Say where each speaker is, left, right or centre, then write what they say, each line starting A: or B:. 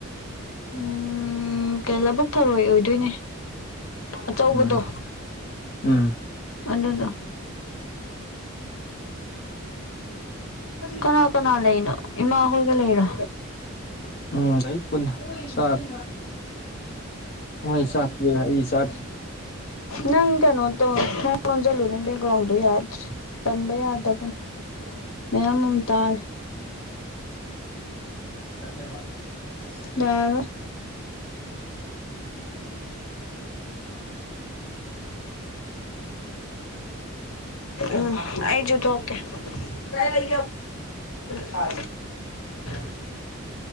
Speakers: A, on the left (about 70°); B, on the left (about 45°).
A: ꯎꯝ ꯂꯧꯕꯨꯛ ꯊꯧꯔꯣꯏ ꯑꯣꯏꯗꯣꯏꯅꯦ ꯑꯆꯧꯕꯗꯣ
B: ꯎꯝ ꯎꯝ
A: ꯑꯗꯨꯅ ꯀꯅꯥ ꯀꯅꯥ ꯂꯩꯩꯔꯤꯅꯣ ꯏꯃꯥꯈꯣꯏꯒ ꯂꯩꯔꯣ
B: ꯎꯝ ꯂꯩ ꯄꯨꯟꯅ ꯆꯥꯔꯦ ꯍꯣꯏꯁ꯭ꯔꯤꯁꯇ꯭ꯔꯤ <inaudible>
A: ꯅꯪ ꯀꯩꯅꯣ ꯗꯣ ꯊꯣꯡ ꯂꯣꯜꯁꯤꯟꯂꯣ ꯕꯦꯛꯀ꯭ꯂꯥꯎ ꯌꯥꯗꯔꯦ ꯄꯟꯕ ꯌꯥꯗꯕꯅꯦ ꯃꯌꯥꯝ ꯑꯃ ꯇꯥꯔꯦ
B: ꯅꯤꯕꯥ <inaudible>
A: ꯌꯥꯔꯔꯣꯢ ꯎꯝ ꯑꯩꯖꯨ ꯊꯣꯛꯒꯦ ꯇ ꯂꯩ ꯇ ꯍ <inaudible>